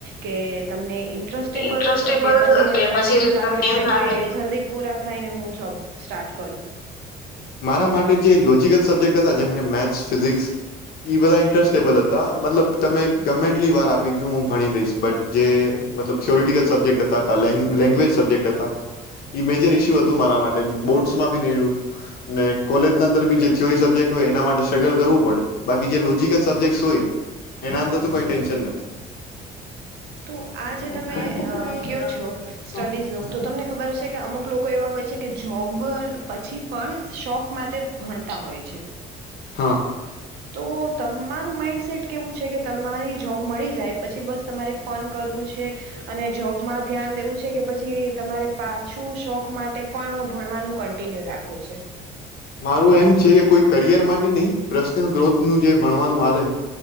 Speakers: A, on the right; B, on the left.
A: કે તમને ઇન્ટરેસ્ટેબલ
B: ઇન્ટરેસ્ટેબલ
A: કે પછી
B: કે
A: તમને એમ લાગે
B: તમને
A: છે
B: એમ લાગે
A: કે જલ્દી પૂરા થાય ને હું જોબ સ્ટાર્ટ કરું.
B: મારા માટે જે લોજિકલ સબ્જેક્ટ હતા, જેમકે મેથ્સ, ફિઝિક્સ એ બધા ઇન્ટરેસ્ટેબલ હતા, મતલબ તમે ગમે એટલી વાર આપી દો હું ભણી લઈશ બટ જે મતલબ થિયોરિટિકલ સબ્જેક્ટ હતાા, લેંગ લેંગ્વેજ સબ્જેક્ટ હતા એ મેજર ઈસ્યુ હતું મારા માટે બોર્ડ્સમાં બી નયડુ. ને કોલેજના અંદર બી જે થીયોરી સબ્જેક્ટ હોય એના માટે સ્ટ્રગલ કરવું પડે, બાકી જે લોજિકલ સબ્જેક્ટ હોય એના અંદર તો કાંઈ ટેન્શન નથી.
A: તો આ
B: તો
A: જે તમે
B: આ જે તમે
A: અ કેવ
B: કયો
A: છો
B: છો
A: સ્ટડીઝ નું,
B: સ્ટડી
A: તો તમને ખબર
B: તો
A: હશે
B: તમે
A: કે અમુક લોકો એવા હોય છે કે જોબ પછી પણ શોખ માટે ભણતા હોય છે. <inaudible>
B: હાં.
A: તો તમારું માઈન્ડસેટ કેવું છે કે તમારી જોબ મળી જાય પછી બસ તમારે ફોન કરવું છે. અને જોબમાં ધ્યાન દેવું છે કે પછી તમારે પાછું શોખ માટે પણ ભણવાનું કન્ટિન્યુ રાખવું છે
B: મારું એમ છે કે કોઈ કરિયર માટે નહી પર્સનલ ગ્રોથનું જે ભણવાનું આવે